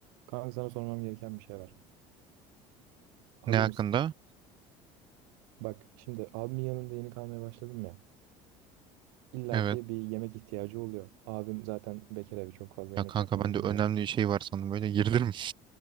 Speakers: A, on the right (about 85°); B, on the right (about 35°).
A: Kanka sana sormam gereken bir şey var. Hazır
B: Ne hakkında?
A: mısın? Bak şimdi abimin yanında yeni kalmaya başladım ya. İlla
B: Evet.
A: ki bir yemek ihtiyacı oluyor. Abim zaten bekar abi çok fazla yemek
B: Ya kanka
A: yapmayı
B: ben
A: bilmiyor.
B: de önemli bir şey var sandım. Böyle girdim.